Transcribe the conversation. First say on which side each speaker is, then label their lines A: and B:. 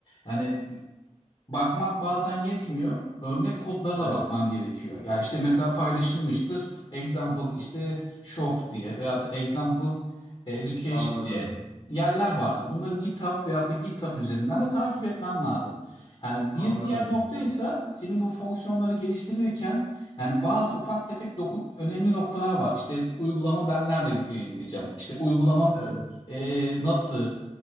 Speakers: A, on the left (about 40°); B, on the left (about 75°).
A: yani bakmak bazen yetmiyor. Örnek kodlara
B: Evet.
A: da bakman gerekiyor. Ya işte mesela paylaşılmıştır. Example işte shop diye veyahut da example e, education
B: Anladım.
A: diye yerler vardır. Bunları GitHub veyahut da GitLab üzerinden de takip etmen lazım. Yani
B: Anladım.
A: bir diğer nokta ise senin bu fonksiyonları geliştirirken yani bazı ufak tefek dokun önemli noktalar var. İşte uygulama ben nerede yayınlayacağım? İşte uygulamam
B: Evet.
A: e, nasıl